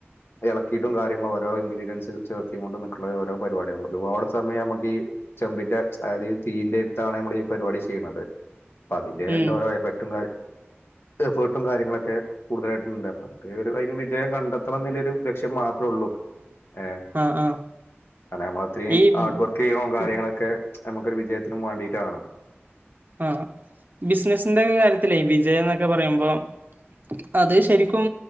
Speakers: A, on the left (about 60°); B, on the right (about 45°).
A: ഇളക്കിയിട്ടും കാര്യങ്ങള ഓരോ ഇൻ്രഡിയൻസ് ചേർത്തിക്ക കൊണ്ട് നിൽക്കുള്ള ഓരോ പരിപാടികൾ ഒരുപാട് സമയം നമുക്ക് ഈ ചെമ്പിന്റെ അതായത് തീയിന്റെ അടുത്താണ് നമ്മൾ ഈ പരിപാടി ചെയ്യണത് അപ്പൊ അതിന്റെ ആയിട്ടുള്ള
B: ഉം
A: ഓരോ എഫക്റ്റും എഫേർട്ടും കാര്യങ്ങളൊക്കെ കൂടുതലായിട്ടുണ്ട് അപ്പം നമ്മക്ക് അതിന് വിജയം കണ്ടെത്തണംരു ലക്ഷ്യ മാത്ര ഉള്ളൂ ഏ
B: ആഹ് ആഹ്
A: അ അത്രയും
B: ഈ
A: ഹാർഡ് വർക്ക് ചെയ്യണോ കാര്യങ്ങളൊക്കെ നമുക്കൊരു വിജയത്തിനും വേണ്ടീട്ടാണ്
B: ആഹ ബിസിനസിന്റെ കാര്യത്തിലെ വിജയ എന്നൊക്കെ പറയുമ്പോം അത് ശരിക്കും